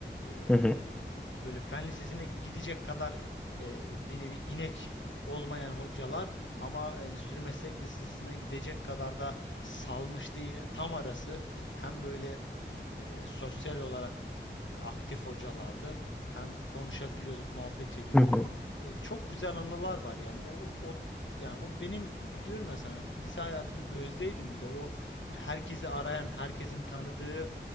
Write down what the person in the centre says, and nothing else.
Hı hı,
hı hı.